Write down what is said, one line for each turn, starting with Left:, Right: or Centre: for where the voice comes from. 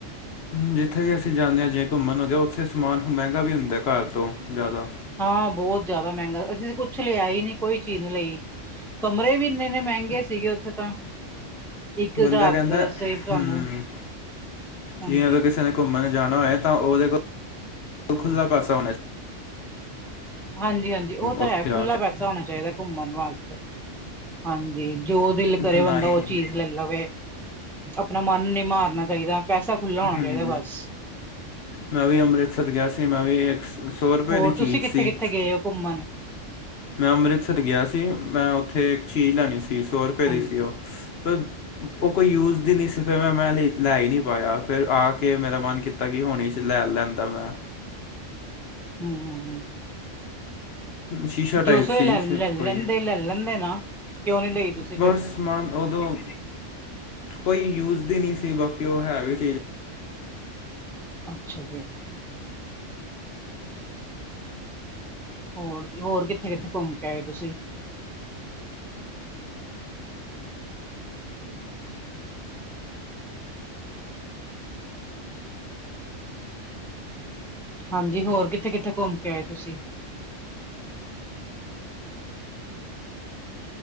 Left: ਜਿੱਥੇ ਵੀ ਅਸੀਂ ਜਾਂਦੇ ਹਾਂ ਜੇ ਘੁੰਮਣ ਹੋ ਗਿਆ ਉੱਥੇ ਸਮਾਨ ਮਹਿੰਗਾ ਵੀ ਹੁੰਦਾ ਘਰ ਤੋਂ ਜ਼ਿਆਦਾ।
Centre: ਹਾਂ ਬਹੁਤ ਜ਼ਿਆਦਾ ਮਹਿੰਗਾ ਅਸੀਂ ਕੁਛ ਲਿਆ ਹੀ ਨਹੀਂ ਕੋਈ ਚੀਜ਼ ਨਹੀਂ ਲਈ। ਕਮਰੇ ਵੀ ਇੰਨੇ ਇੰਨੇ ਮਹਿੰਗੇ ਸੀਗੇ ਉੱਥੇ ਤਾਂ ਇੱਕ
Left: ਬੰਦਾ
Centre: ਰਾਤ
Left: ਕਹਿੰਦਾ
Centre: ਦੱਸੀਏ ਸ ਤਾਹਨੂੰ
Left: ਹੂੰ
Centre: ਹਾਂਜੀ।
Left: ਜਿਵੇਂ ਅਗਰ ਕਿਸੇ ਨੇ ਘੁੰਮਣ ਜਾਣਾ ਹੋਏ ਤਾਂ ਉਹਦੇ ਕੋਲ ਖੁੱਲ੍ਹਾ ਪਾਸਾ ਹੋਣਾ ਚਾਦਾ
Centre: ਹਾਂਜੀ ਹਾਂਜੀ ਉਹ ਤਾਂ
Left: ਉੱਥੇ ਜਾ
Centre: ਖੁੱਲ੍ਹਲਾ
Left: ਕੇ
Centre: ਪੇਸਾ ਹੋਣਾ ਚਾਹੀਦਾ ਘੁੰਮਣ ਵਾਸਤੇ ਹਾਂਜੀ ਜੋ ਦਿਲ ਕਰੇ
Left: ਨਾ
Centre: ਬੰਦਾ
Left: ਹੀ
Centre: ਉਹ
Left: ਹਾਂਜੀ
Centre: ਚੀਜ਼ ਲੈ ਲਵੇ ਆਪਣਾ ਮਨ ਨੀ ਮਾਰਨਾ ਚਾਹੀਦਾ ਪੈਸਾ ਖੁੱਲਾ ਹੋਣਾ
Left: ਹਾਂਜੀ
Centre: ਚਾਹੀਦਾ ਬਸ
Left: ਮੈਂ ਵੀ ਅੰਮ੍ਰਿਤਸਰ ਗਿਆ ਸੀ ਮੈਂ ਵੀ ਇੱਕ ਸੌ ਰੁਪਏ
Centre: ਹੋਰ
Left: ਦੀ
Centre: ਤੁਸੀਂ
Left: ਚੀਜ਼
Centre: ਕਿੱਥੇ-ਕਿੱਥੇ
Left: ਸੀ।
Centre: ਗਏ ਹੋ ਘੁੰਮਣ
Left: ਮੈਂ ਅੰਮ੍ਰਿਤਸਰ ਗਿਆ ਸੀ ਮੈਂ ਉੱਥੇ ਇੱਕ ਚੀਜ਼ ਲੈਣੀ ਸੀ ਸੌ ਰੁਪਏ ਦੀ
Centre: ਹਾਂਜੀ
Left: ਸੀ ਉਹ ਫਿਰ ਉਹ ਕੋਈ ਯੂਜ ਦੀ ਨਹੀਂ ਸਿਫਿਰ ਮੈਂ ਮੈਂ ਲੈ ਹੀ ਨਹੀਂ ਪਾਇਆ। ਫਿਰ ਆ ਕੇ ਮੇਰਾ ਮਨ ਕੀਤਾ ਕਿ ਹੁਣੀ ਚ ਲੈ ਲੈਂਦਾ ਮੈਂ
Centre: ਹੂੰ
Left: ਸ਼ੀਸ਼ਾ ਟਾਈਪ
Centre: ਜੋ ਸ
Left: ਸੀ
Centre: ਲੈ ਲੈ
Left: ਕੋਈ
Centre: ਲੈਂਦੇ ਲੈ ਲੈਂਦੇ ਨਾ ਕਿਉਂ ਨੀ ਲਈ ਤੁਸੀਂ
Left: ਬਸ
Centre: ਫੇਰ
Left: ਮਨ ਉਦੋਂ ਕੋਈ ਯੂਜ ਦੀ ਨਹੀ ਸੀ ਬਾਕੀ ਉਹ ਹੈ ਵੀ ਚੀਜ਼
Centre: ਅੱਛਾ ਜੀ। ਹੋਰ ਜੀ ਹੋਰ ਕਿੱਥੇ ਕਿੱਥੇ ਘੁੰਮ ਕੇ ਆਏ ਤੁਸੀਂ? ਹਾਂਜੀ ਹੋਰ ਕਿੱਥੇ ਕਿੱਥੇ ਘੁੰਮ ਕੇ ਆਏ ਤੁਸੀਂ?